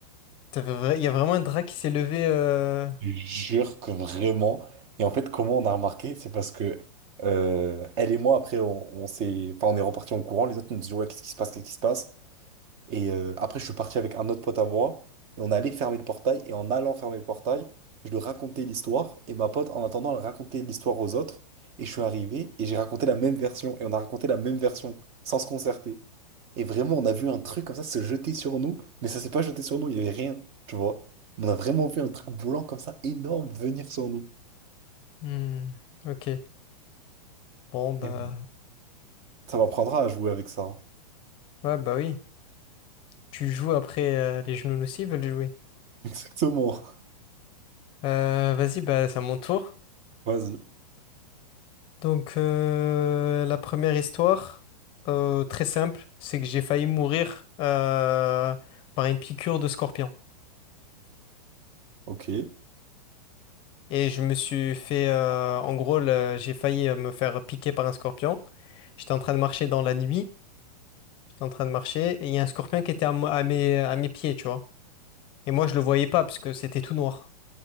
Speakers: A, on the left (about 25°); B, on the right (about 30°).
A: T'as vrai- Il y a vraiment un drap qui s'est levé. euh,
B: Je jure que vraiment. Et en fait, comment on a remarqué, c'est parce que euh, elle et moi, après, on, on s'est, enfin, on est reparti en courant. Les autres nous disent, ouais, qu'est-ce qui se passe, qu'est-ce qui se passe? Et euh, après, je suis parti avec un autre pote à moi, et on allait fermer le portail, et en allant fermer le portail, je lui racontais l'histoire, et ma pote, en attendant, elle racontait l'histoire aux autres, et je suis arrivé, et j'ai raconté la même version, et on a raconté la même version, sans se concerter. Et vraiment, on a vu un truc comme ça se jeter sur nous, mais ça s'est pas jeté sur nous, il y avait rien, tu vois. On a vraiment vu un truc blanc comme ça, énorme, venir sur nous.
A: hmm, Ok. Bon bah
B: Et ouais. Ça m'apprendra à jouer avec ça. hein.
A: ouais bah oui. Tu joues après euh, les genoux aussi veulent jouer.
B: <laughs> Exactement.
A: Euh, vas-y, bah, c'est à mon tour.
B: Vas-y.
A: Donc, euh, la première histoire, euh, très simple, c'est que j'ai failli mourir euh, par une piqûre de scorpion.
B: Ok.
A: Et je me suis fait, euh, en gros, le- j'ai failli euh, me faire piquer par un scorpion. J'étais en train de marcher dans la nuit, j'étais en train de marcher, et il y a un scorpion qui était à, mo- à mes, à mes pieds, tu vois. Et moi, je le voyais pas parce que c'était tout noir.